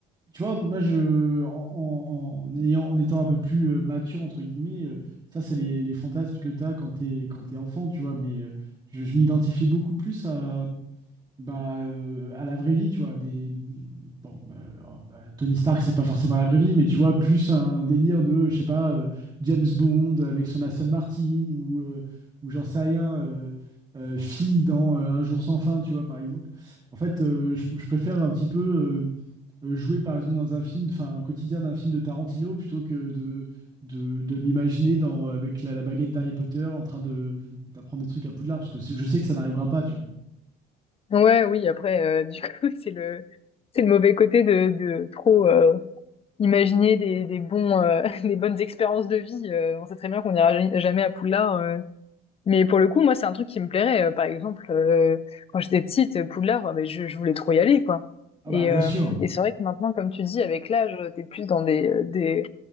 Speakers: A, on the right (about 20°); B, on the left (about 30°).
A: tu vois, moi, je, en, en- en ayant, en étant un peu plus euh, mature, entre guillemets, euh, ça, c'est les, les fantasmes que tu as quand t'es, quand t'es enfant, tu vois. Mais euh, je, je m'identifie beaucoup plus à bah, euh, à la vraie vie, tu vois, des... Bon, bah, euh, Tony Stark, c'est pas forcément la vraie vie, mais tu vois, plus un délire de, je sais pas, euh, James Bond avec son Aston Martin, ou, euh, ou j'en sais rien, euh, euh, Phil dans euh, Un jour sans fin, tu vois, par exemple. En fait, euh, je, je préfère un petit peu euh, euh, jouer, par exemple, dans un film, enfin, un quotidien d'un film de Tarantino, plutôt que de, de, de m'imaginer dans, avec la, la baguette d'Harry Potter en train de, d'apprendre des trucs à Poudlard, parce que c'est- je sais que ça n'arrivera pas, tu vois.
B: Ouais, oui, après, heu, du coup, <laughs> c'est le c'est le mauvais côté de de trop, heu imaginer des, des bons, euh, <laughs> des bonnes expériences de vie. Euh, on sait très bien qu'on n'ira ja- jamais à Poudlard. euh. Mais pour le coup, moi, c'est un truc qui me plairait. Euh, Par exemple, euh, quand j'étais petite, euh, Poudlard, euh, ben, je, je voulais trop y aller, quoi.
A: Ah
B: Et,
A: bah, bien
B: euh,
A: sûr.
B: et c'est vrai que maintenant, comme tu dis, avec l'âge, euh, t'es plus dans des, euh, des,